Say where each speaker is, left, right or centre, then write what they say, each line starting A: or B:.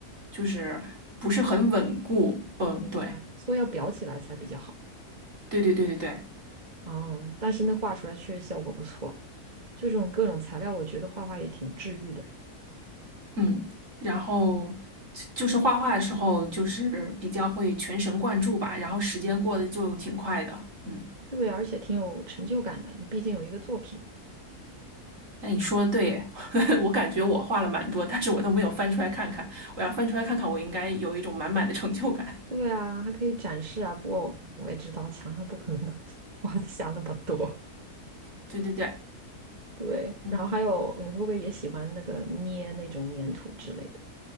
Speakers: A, on the right; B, on the right.
A: 就是不是很稳固。嗯，
B: 明白，
A: 对，
B: 所以要裱起来才比较好。
A: 对对对对对。
B: 嗯，但是那画出来确实效果不错，就这种各种材料，我觉得画画也挺治愈的。
A: 嗯，然后就是画画的时候，就是比较会全神贯注吧，然后时间过得就挺快的。嗯，
B: 对，而且挺有成就感的，你毕竟有一个作品。
A: 那你说的对耶，<laughs> 我感觉我画了蛮多，但是我都没有翻出来看看。我要翻出来看看，我应该有一种满满的成就感。
B: 对啊，还可以展示啊。不过我也知道墙上不可能 <laughs> 挂得下那么多。
A: <laughs> 对对对，
B: 对，
A: 嗯，
B: 然后还有，你会不会也喜欢那个捏那种粘土之类的？